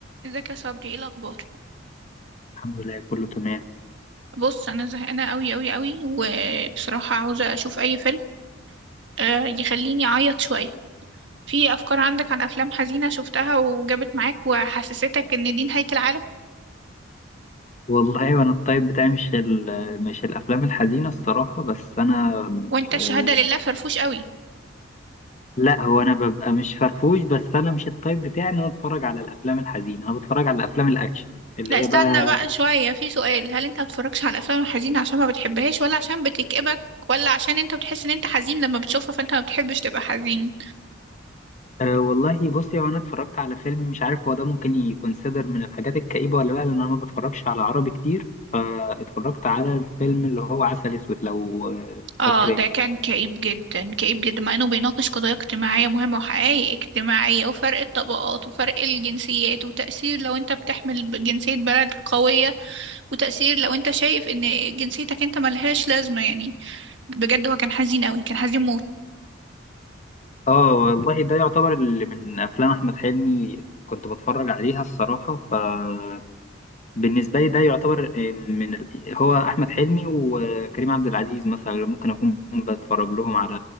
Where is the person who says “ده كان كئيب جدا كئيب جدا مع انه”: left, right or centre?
Right